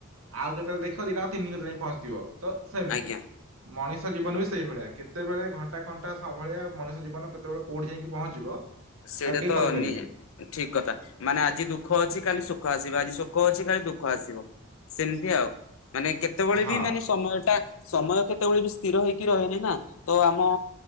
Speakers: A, on the right (about 80°); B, on the left (about 70°).
A: ଆଉ କେତେବେଳେ ଦେଖିବ ଦିଟାଙ୍କ ତିନି କତିରେ ପହଞ୍ଚିଥିବ ତ ସେମିତି।
B: ଆଜ୍ଞା।
A: ମଣିଷ ଜୀବନ ବି ସେଇଭଳିଆ କେତେବେଳେ ଘଣ୍ଟା ଘଣ୍ଟା ସବଭଳିଆ ମଣିଷ ଜୀବନ କେତେବେଳେ କଉଠି ଯାଇକି ପହଞ୍ଚିବ।
B: ସେଇଟାତ
A: ତାକୁ କେହି କହିପାରିବେନି
B: ନି ଠିକ କଥା ମାନେ ଆଜି ଦୁଃଖ ଅଛି କାଲି ସୁଖ ଆସିବ ଆଜି ସୁଖ ଅଛି କାଲି ଦୁଃଖ ଆସିବ। ସେମିତି ଆଉ ମାନେ କେତେବେଳେ
A: ହଁ
B: ବି ମାନେ ସମୟ ଟା ସମୟ କେତେବେଳେ ବି ସ୍ଥିର ହେଇକି ରହେନି ନା। ତ ଆମ